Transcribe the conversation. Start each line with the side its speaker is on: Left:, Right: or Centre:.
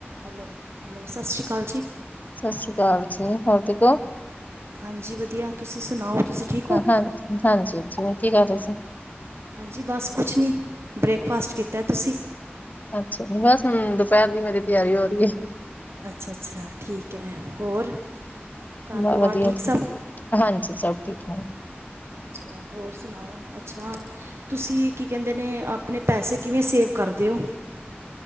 Right: Hello hello ਸਤਿ ਸ਼੍ਰੀ ਅਕਾਲ ਜੀ
Left: ਸਤਿ ਸ਼੍ਰੀ ਅਕਾਲ ਜੀ ਹੋਰ ਠੀਕ ਹੋ
Right: ਹਾਂਜੀ ਵਧੀਆ ਤੁਸੀਂ ਸੁਣਾਓ ਤੁਸੀਂ ਠੀਕ ਹੋ
Left: ਹਾਂਜੀ ਹਾਂਜੀ ਜੀ ਕੀ ਕਰ ਰਹੇ ਸੀ
Right: ਹਾਂਜੀ ਬਸ ਕੁਛ ਨਹੀਂ ਬ੍ਰੇਕਫਾਸਟ ਕੀਤਾ, ਤੁਸੀਂ
Left: ਅੱਛਾ ਜੀ, ਬਸ ਦੁਪਹਿਰ ਦੀ ਮੇਰੀ ਤਿਆਰੀ ਹੋ ਰਹੀ ਹੈ
Right: ਅੱਛਾ ਅੱਛਾ ਠੀਕ ਹੈ ਹੋਰ ਘਰ
Left: ਬਸ
Right: ਪਰਿਵਾਰ
Left: ਵਧੀਆ
Right: ਠੀਕ
Left: ਜੀ
Right: ਸਭ
Left: ਹਾਂਜੀ ਸਭ ਠੀਕ ਹੈ
Right: ਅੱ ਹੋਰ ਸੁਣਾਓ, ਅੱਛਾ ਤੁਸੀਂ ਕੀ ਕਹਿੰਦੇ ਨੇ, ਆਪਣੇ ਪੈਸੇ ਕਿਵੇਂ ਸੇਵ ਕਰਦੇ ਹੋ